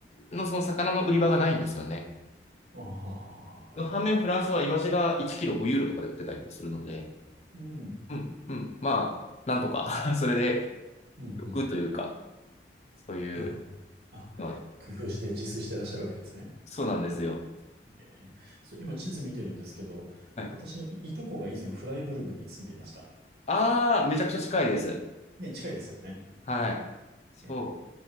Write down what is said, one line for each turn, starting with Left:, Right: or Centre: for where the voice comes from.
Left: のその魚の売り場がないんですよね。
Right: ああ、ははははは。
Left: 反面フランスはイワシが1キロ5ユーロとかで売ってたりとかするので、
Right: うん、
Left: うん、うん、まあ、なんとか <laughs> それで
Right: うん、
Left: 欲というか、
Right: うん、うん。
Left: そういう
Right: なるほど。あ、
Left: のは、
Right: 工夫して自炊してらっしゃるわけですね。
Left: そうなんですよ。
Right: ええそう、今地図見てるんですけど、
Left: はい。
Right: 私のい、いとこが以前フライブルグに住んでいました。
Left: ああ、めちゃくちゃ近いです。
Right: ね、近いですよね。
Left: はい。そ
Right: え